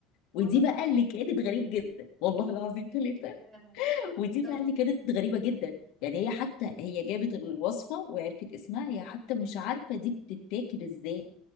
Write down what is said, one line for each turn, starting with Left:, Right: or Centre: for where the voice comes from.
Left: ودي
Right: اه والله
Left: بقى اللي كانت غريب جدا والله العظيم ثلاثه
Right: ده-
Left: ودي
Right: طب
Left: بقى اللي كانت غريبة جدا يعني هي حتى هي جابت الوصفة وعرفت اسمها هي حتى مش عارفة دي بتتاكل ازاي